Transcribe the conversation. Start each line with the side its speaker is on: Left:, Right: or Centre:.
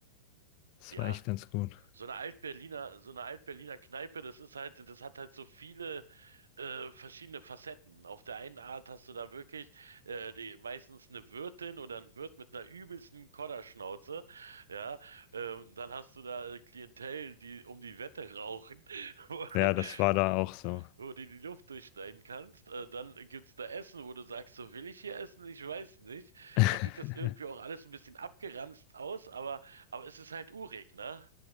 Left: Das
Right: Ja,
Left: war echt ganz gut.
Right: so eine Alt-Berliner, so eine Alt-Berliner Kneipe, das ist halt, das hat halt so viele äh, verschiedene Facetten. Auf der einen Art hast du da wirklich äh, die, meistens eine Wirtin oder ein Wirt mit einer übelsten Kodderschnauze. Ja, ähm, dann hast du da äh, Klientel, die um die Wette rauchen. <laughs>
Left: Ja, das war da auch so.
Right: wo du die Luft durchschneiden kannst. Äh, dann gibt's da Essen, wo du sagst, so will ich hier essen? Ich weiß nicht.
Left: <laughs>
Right: Dann sieht das irgendwie auch alles ein bisschen abgeranzt aus, aber, aber es ist halt urig, ne?